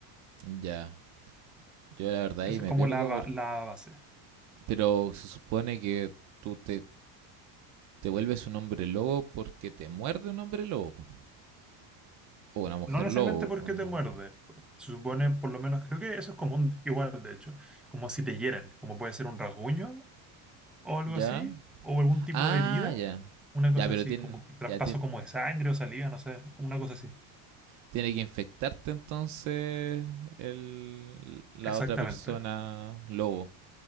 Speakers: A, on the right (about 35°); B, in the centre.
A: Ya, yo la verdad
B: Esa
A: ahí me
B: es como
A: pierdo,
B: la, ba-
A: por-
B: la base.
A: pero se supone que tú te, te vuelves un hombre lobo porque te muerde un hombre lobo, po, o una mujer
B: No necesariamente
A: lobo,
B: porque
A: o no.
B: te muerde. Se supone, por lo menos, creo que eso es común, igual de hecho, como si te hieren, como puede ser un rasguño o algo
A: Ya,
B: así, o algún tipo
A: Ah,
B: de herida,
A: ya.
B: una
A: Ya,
B: cosa
A: pero
B: así,
A: tiene,
B: como que traspaso
A: ya ti-
B: como de sangre o salida, no sé, una cosa así.
A: tiene que infectarte entonces el, la
B: Exactamente.
A: otra persona lobo.